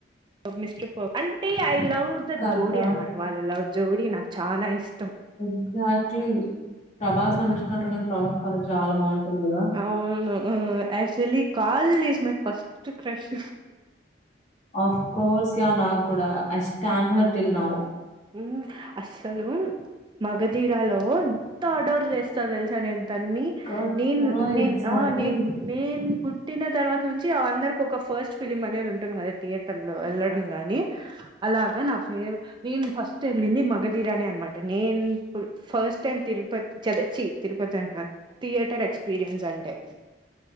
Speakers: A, on the right; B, on the left.
A: మిస్టర్ పర్ఫెక్ట్ అంటే ఐ లవ్ ద
B: కదా
A: జోడీ అనమాట వాళ్ళ లవ్ జోడీ నాకు చాలా ఇష్టం
B: ఎగ్జాక్ట్లీ ప్రభాస్ అనుష్క ఉంటారు కానీ ప్రభాస్ కద చాలా బావుంటుందిగ
A: అవును actually Kajol is my first crush
B: of course yeah నా కూడా I stand her till now
A: um అస్సలు మగధీరాలో ఎంత ఆర్డోర్ చేస్తా తెలుసా తన్ని
B: కదా
A: నేన్ నేన్
B: ఎగ్జాక్ట్లీ
A: ఆ నేన్ నేన్ పుట్టిన తర్వాత నుంచి అ అందరిక ఒక ఫస్ట్ ఫిలిమ్ అనేది ఉంటుంది కదా థియే టర్లో వెళ్ళడం గాని అలాగా నా ఫె నేన్ నేను ఫస్ట్ ఎళ్ళింది మగధీరానే అనమాట నేన్ ఇప్పుడ్ ఫస్ట్ టైమ్ తిరుపతి చ చ్చి తిరుపతి అంటు థియేటర్ ఎక్స్పీరియన్స్ అంటే